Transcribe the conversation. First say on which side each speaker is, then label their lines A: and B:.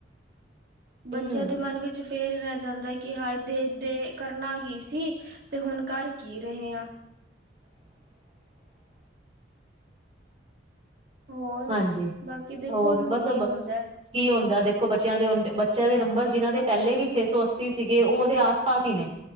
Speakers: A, on the right (about 55°); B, on the right (about 30°).
A: ਬੱਚਿਆਂ
B: ਹੂੰ
A: ਦੇ ਮਨ ਵਿੱਚ ਫੇਰ ਰਹਿ ਜਾਂਦਾ। ਕਿ ਹਏ ਦੇ-ਦੇ ਕਰਨਾ ਕੀ ਸੀ। ਤੇ ਹੁਣ ਕਰ ਕੀ ਰਹੇ ਆ।
B: <inaudible>
A: ਹੋਰ
B: ਹਾਂਜੀ
A: ਬਾਕੀ ਦੇਖੋ
B: ਹੋਰ
A: ਹੁਣ
B: ਬਸ
A: ਕੀ
B: ਇਝ ਬਚ
A: ਹੁੰਦਾ।
B: ਕੀ ਹੁੰਦਾ ਦੇਖੋ। ਬੱਚਿਆਂ ਦੇ, ਬੱਚਿਆਂ ਦੇ ਨੰਬਰ ਜਿਹਨਾਂ ਦੇ ਪਹਿਲੇ ਵੀ ਛੇ ਸੌ ਅੱਸੀ ਸੀਗੇ। ਉਹ ਉਹਦੇ ਆਸ-ਪਾਸ ਹੀ ਨੇ